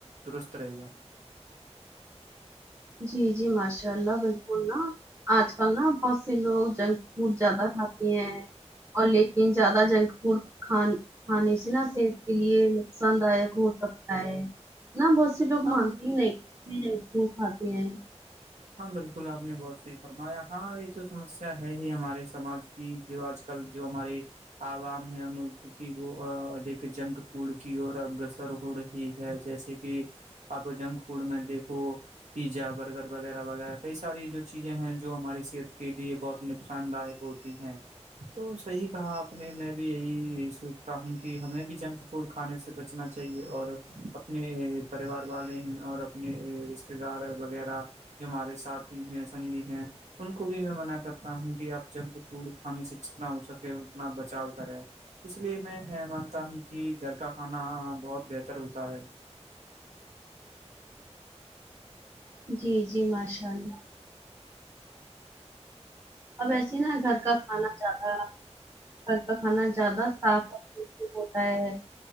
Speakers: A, on the right; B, on the right.
A: درست رہے گا
B: جی جی ماشاء اللہ بالکل نا آج کل نا بہت سے لوگ جنک فوڈ زیادہ کھاتے ہیں اور لیکن زیادہ جنک فوڈ کھان کھانے سے نا صحت کے لیے نقصان دایک ہو سکتا ہے نا بہت لوگ
A: ہم
B: مانتے ہی نہیں کھاتے ہیں
A: ہاں بالکل آپ نے بہت صحیح فرمایا ہاں یہ تو سمسیا ہے ہی ہمارے سماج کہ جو آج کل جو ہمارے عوام ہے ملک کی وہیک جنک فوڈ کی اور اگگرسر ہو رہی ٹھیک ہے جیسے کہ اب جنک فوڈ میں دیکھو پیزا برگر وغیرہ وغیرہ کئی ساری جو چیزیں ہیں جو ہماری صحت کے لیے بہت نقصان داک ہوتی ہیں تو صحیح کہا آپ نے میں بھی یہی سوچتا ہوں کہ ہمیں بھی جنک فوڈ کھانے سے بچنا چاہیے اور اپنے پریوار والے ہیں اور اپنے رشتے رشتتے دار وغیرہ جو ہمارے ساتھی ہیں سنگھی ہیں ان کو بھی میں منع کرتا ہوں کہ آپ جب فوڈ کھانے سے جتنا ہو سکے اتنا بچاؤ کرے اس لیے میں مانتا ہوں کہ گھر کا کھانا بہت بہتر ہوتا ہے
B: جی جی ماشاء اللہ اب ایسے نا گھر کا کھانا جاہا ہے گھر کا کھانا زیادہ صاف اور ٹیٹی ہوتا ہے